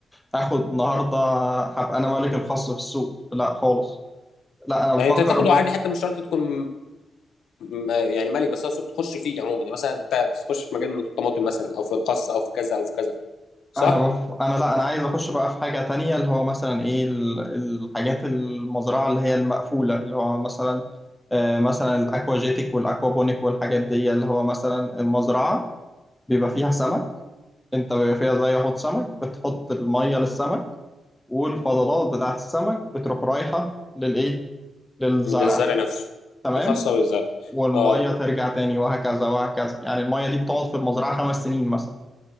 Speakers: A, in the centre; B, on the left.
A: تاخد النهاردة هبقى أنا مالك الخاص في السوق لا خالص لا أنا
B: يعني
A: بفكر
B: انت تاخده عادي حتى مش شرط تكون م- يعني ملك بس اقصد تخش فيه عموما يعني مثلا انت تخش في مجال من الطماطم مثلا او في الخس او في كذا او في كذا صح؟
A: انا بف... انا لا انا عايز اخش بقى في حاجه تانية اللي هو مثلا ايه ال- الحاجات المزرعه اللي هي المقفوله اللي هو مثلا آه مثلا الاكواجيتك والاكوابونيك والحاجات دي اللي هو مثلا المزرعه بيبقى فيها سمك انت بيبقى فيها زي حوض سمك بتحط الميه للسمك والفضلات بتاعت السمك بتروح رايحه للايه للزرع
B: للزرع نفسه
A: تمام
B: خاصة بالزرع
A: والميه
B: اه
A: ترجع تاني وهكذا وهكذا يعني الميه دي بتقعد في المزرعه خمس سنين مثلا